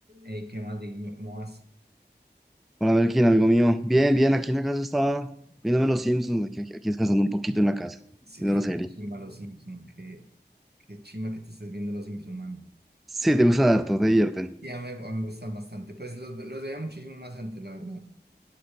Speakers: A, on the right (about 65°); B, in the centre.
A: Ey, ¿qué más, niño? ¿Cómo vas?
B: Hola Melkin, amigo mío. Bien, bien, aquí en la casa estaba viéndome los Simpsons, aquí, aquí descansando un poquito en la casa,
A: Sí,
B: viendo la serie.
A: Qué chimba los Simpson, qué, qué chimba que te estés viendo los Simpson, mano.
B: Sí, te gusta harto, te divierten.
A: Y a mí, a mí me gustan bastante. Pues los, los veía muchísimo más antes, la verdad.